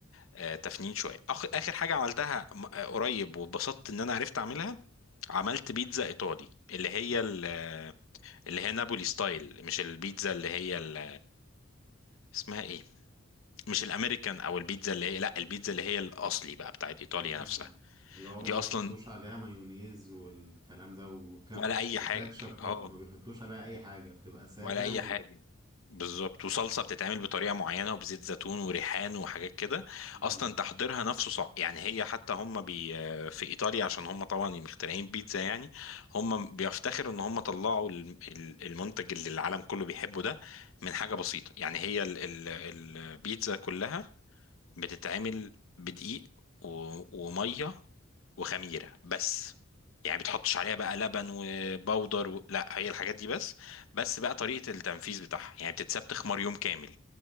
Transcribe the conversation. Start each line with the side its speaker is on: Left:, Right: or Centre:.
Left: آه، تفنين شويه أخ- اخر حاجه عملتها م- آه، قريب واتبسطت ان انا عرفت اعملها عملت بيتزا ايطالي اللي هي ال- اللي هي نابولي ستايل مش البيتزا اللي هي ال- اسمها ايه مش الامريكان او البيتزا اللي هي لا البيتزا اللي هي الاصلي بقى بتاعت ايطاليا
Right: مم.
Left: نفسها
Right: اللي هو ما
Left: دي
Right: بيحطوش
Left: اصلا
Right: عليها مايونيز والكلام ده وكابت
Left: ولا اي
Right: وكاتشب
Left: حاجه اه
Right: ما بيحطوش عليها أي حاجة بتبقى سادة
Left: ولا اي
Right: و...
Left: حاجه بالظبط وصلصه بتتعمل بطريقه معينه وبزيت زيتون وريحان وحاجات كده
Right: مم.
Left: اصلا تحضيرها نفسه صعب يعني هي حتى هم بي في ايطاليا عشان هم طبعا مخترعين بيتزا يعني هم بيفتخروا ان هم طلعوا الم- ال- المنتج اللي العالم كله بيحبه ده من حاجه بسيطه يعني هي ال- ال- البيتزا كلها بتتعمل بدقيق و... وميه وخميره بس يعني بتحطش عليها بقى لبن وبودر و... لا هي الحاجات دي بس بس بقى طريقه التنفيذ بتاعها يعني بتتساب تخمر يوم كامل